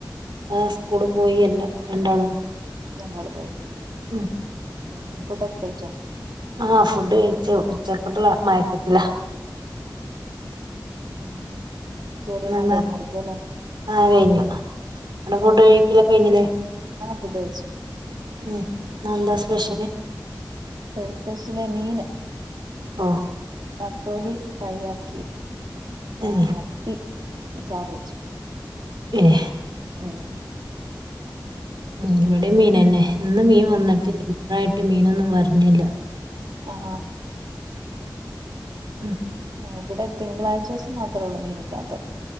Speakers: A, on the right; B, on the right.
A: ആ സ്കൂള് പോയി അല്ല രണ്ടാളും
B: <unintelligible> പോയി
A: ഉമ്
B: ഉം ഫടൊക്കെ കയിച്ചോ
A: ആ ഫുഡ് കഴിച്ചു ഉച്ചക്കത്തുള്ള മയക്കത്തില
B: ഉം ജോലില്ലാം
A: ഇന്നെന്താ
B: കഴിഞ്ഞായിരിക്കും അല്ലേ
A: ആ കഴിഞ്ഞു അവിടെ ഫുഡ് കഴിക്കല കഴിഞ്ഞിലെ
B: ഫുഡ്‌ കഴിച്ചു
A: ഉം ഇന്നെന്താ സ്പെഷ്യലി
B: എസ്പെഷ്യലി മീന്
A: ഓ
B: നത്തോലി ഫ്രൈ ആക്കി ഏ
A: ഉം
B: മത്തി ചാർ വെച്ചു
A: ഏഹ്
B: ഉം
A: ഉ ഇവിടെ മീനന്നെ ഇും മീൻ
B: ഉം
A: വന്നിട്ടില്ല
B: ഉം
A: മഴായിട്ട് മീനൊന്നും വർണില്ല
B: ആഹാ
A: ഉം
B: ആ ഇവിടെ തിങ്കളാഴ്ച ദിവസം മാത്രേ ഉള്ളൂ മീൻ ഇല്ലാത്ത